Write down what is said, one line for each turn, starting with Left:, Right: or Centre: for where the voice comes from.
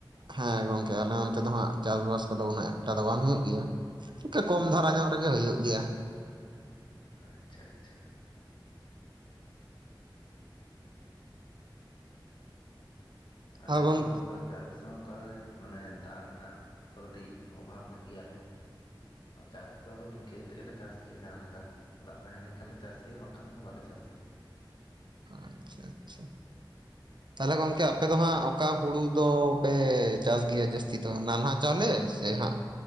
Right: ᱦᱮᱸ ᱜᱚᱝᱠᱮ ᱟᱞᱮ ᱚᱱᱛᱮ ᱫᱚ ᱦᱟᱜ ᱪᱟᱥᱵᱟᱥ ᱠᱚᱫᱚ ᱩᱱᱟᱹᱜ ᱮᱠᱴᱟ ᱫᱚ ᱵᱟᱝ ᱦᱩᱭᱩᱜ ᱜᱮᱭᱟ᱾ ᱤᱱᱠᱟᱹ ᱠᱚᱢ ᱫᱷᱟᱨᱟ ᱧᱚᱜ ᱨᱮᱜᱮ ᱦᱩᱭᱩᱜ ᱜᱮᱭᱟ᱾
Left: ᱟᱪᱪᱷᱟ ᱟᱪᱪᱷᱟ᱾ ᱟᱞᱮ
Right: ᱟᱨ ᱜᱚᱝ
Left: ᱥᱮᱫ ᱦᱚᱸ ᱚᱱᱠᱟ ᱜᱮ ᱟᱞᱮ ᱥᱮᱫ ᱥᱮ ᱚᱱᱠᱟᱜᱮ ᱢᱟᱱᱮ ᱫᱟᱜ ᱨᱮᱱᱟᱜ ᱫᱚ ᱠᱟᱹᱴᱤᱡ ᱚᱵᱷᱟᱵᱽ ᱧᱚᱜ ᱜᱮᱭᱟᱞᱮ᱾ ᱚ ᱪᱟᱥ ᱛᱚ ᱱᱤᱝᱠᱟᱹ ᱠᱟᱛᱮᱫ ᱜᱮᱞᱮ ᱪᱟᱥ ᱜᱮᱭᱟ ᱡᱟᱦᱟᱸ ᱞᱮᱠᱟ ᱫᱟᱜ ᱛᱟᱦᱮ ᱞᱮᱱ ᱠᱷᱟᱱᱞᱮ ᱪᱟᱥ ᱜᱮᱭᱟ ᱵᱟᱝᱠᱷᱟᱱ ᱫᱚ ᱵᱟᱞᱮ ᱪᱟᱥ ᱜᱮᱭᱟ᱾
Right: ᱟᱪᱪᱷᱟ ᱟᱪᱪᱷᱟ᱾ ᱛᱟᱦᱚᱞᱮ ᱜᱚᱝᱠᱮ ᱟᱯᱮ ᱫᱚ ᱦᱟᱸᱜ ᱚᱠᱟ ᱦᱩᱲᱩ ᱫᱚᱯᱮ ᱪᱟᱥ ᱜᱮᱭᱟ ᱡᱟᱹᱥᱛᱤ ᱫᱚ ᱱᱟᱱᱦᱟ ᱪᱟᱣᱞᱮ ᱡᱮ ᱦᱟᱸᱜ